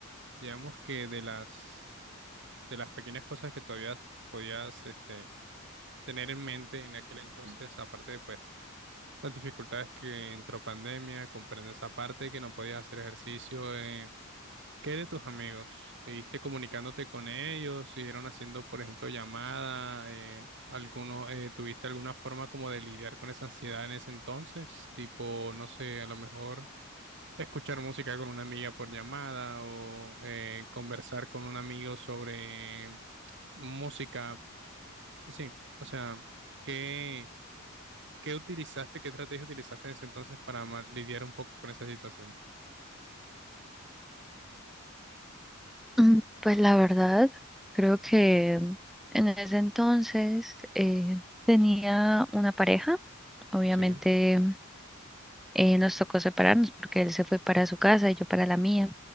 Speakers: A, on the right; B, in the centre.
A: digamos que de las, de las pequeñas cosas que todavía podías, este, tener en mente en aquel entonces, aparte de pues Las dificultades que entró pandemia, comprendo esa parte, que no podías hacer ejercicio. eh, ¿Qué de tus amigos? ¿Seguiste comunicándote con ellos? ¿Siguieron haciendo, por ejemplo, llamada? Eh, ¿alguno, eh, ¿tuviste alguna forma como de lidiar con esa ansiedad en ese entonces? Tipo, no sé, a lo mejor escuchar música con una amiga por llamada o eh, conversar con un amigo sobre música. Sí, o sea, ¿qué? ¿Qué utilizaste, qué estrategia utilizaste en ese entonces para ma- lidiar un poco con esa situación?
B: Mm, Pues la verdad, creo que en ese entonces eh, tenía una pareja, obviamente.
A: Sí.
B: eh, nos tocó separarnos porque él se fue para su casa y yo para la mía.